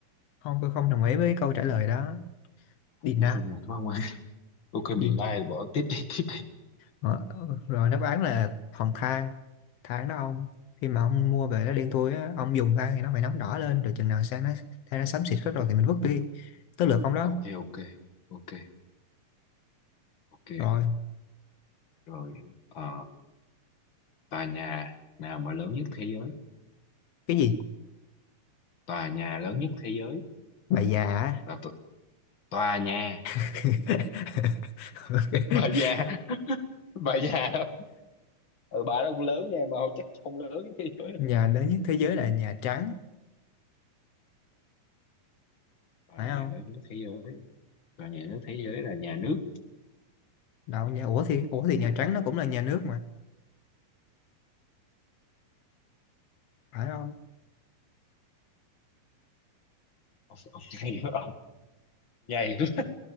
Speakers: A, on the left; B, on the left.
A: không tôi không đồng ý với câu trả lời đó deny
B: thôi thôi một quá ngoài ok
A: đi
B: bị lai bỏ tiếp đi tiếp đi
A: Ờ, ờ, rồi đáp án là hòn than than đó ông khi mà ông mua về nó đen thui á ông dùng than thì nó phải nóng đỏ lên rồi chừng nào sang nó than nó xám xịt hết rồi thì mình vứt đi tới lượt ông đó
B: ok ok ok ok
A: rồi
B: rồi ờ tòa nhà nào mà lớn nhất thế giới
A: cái gì
B: tòa nhà lớn nhất thế giới
A: bà già á.
B: là t- tòa nhà
A: <laughs> Ok.
B: <laughs> bà già bà già đó ừ, bà đó cũng lớn nha mà chắc không lớn nhất thế giới đâu
A: nhà lớn nhất thế giới là Nhà Trắng
B: tòa
A: phải
B: nhà
A: không
B: lớn nhất thế giới tòa nhà lớn nhất thế giới là nhà nước
A: đâu nhà ủa thì ủa thì Nhà Trắng nó cũng là nhà nước mà phải không
B: ông, ông nhảy quá, ông nhảy quá.